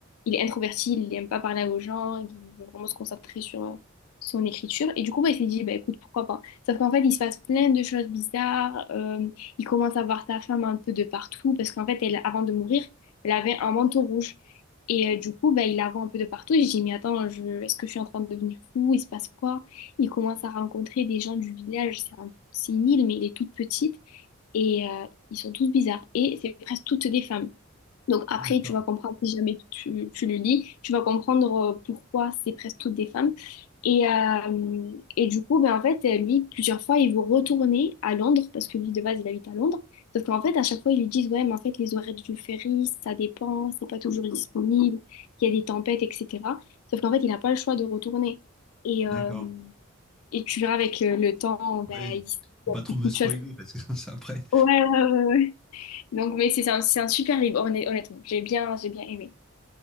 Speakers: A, on the left; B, in the centre.
A: il est introverti, il n'aime pas parler aux gens, il veut vraiment se concentrer sur euh, son écriture. Et du coup, bah, il s'est dit, bah, écoute, pourquoi pas. Sauf qu'en fait, il se passe plein de choses bizarres. euh, il commence à voir sa femme un peu de partout parce qu'en fait, elle, avant de mourir, elle avait un manteau rouge. Et euh, du coup, bah, il la voit un peu de partout. Et je dis, mais attends, je... est-ce que je suis en train de devenir fou? Il se passe quoi? Il commence à rencontrer des gens du village. C'est un- c'est une île, mais elle est toute petite. Et euh, ils sont tous bizarres. Et c'est presque toutes des femmes. Donc après,
B: Ah d'accord.
A: tu vas comprendre, si jamais tu, tu le lis, tu vas comprendre euh, pourquoi c'est presque toutes des femmes. Et, euh, et du coup, ben en fait, euh, lui, plusieurs fois, il veut retourner à Londres, parce que lui, de base, il habite à Londres. Sauf qu'en fait, à chaque fois, ils lui disent, ouais, mais en fait, les horaires du ferry, ça dépend, c'est pas toujours disponible, il y a des tempêtes, etc. Sauf qu'en fait, il n'a pas le choix de retourner. Et, euh,
B: D'accord.
A: et tu verras avec euh, le temps, ben,
B: Oui,
A: il se
B: faut
A: passe
B: pas trop
A: beaucoup
B: me spoiler
A: de choses.
B: parce que <laughs> ça après.
A: Ouais, ouais, ouais, ouais. Donc, mais c'est un, c'est un super livre, honnêt- honnêtement. J'ai bien, j'ai bien aimé.